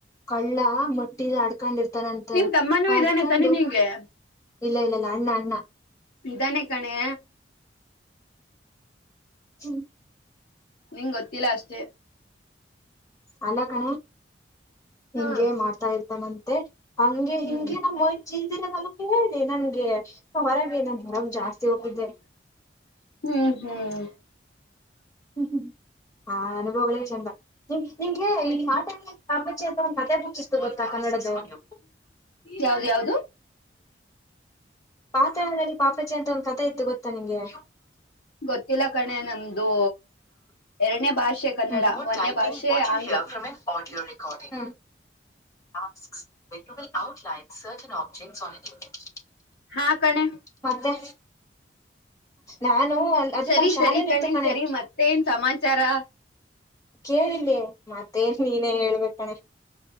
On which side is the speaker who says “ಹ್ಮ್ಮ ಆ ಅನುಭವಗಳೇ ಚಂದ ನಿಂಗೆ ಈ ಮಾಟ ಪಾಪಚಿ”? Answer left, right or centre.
Left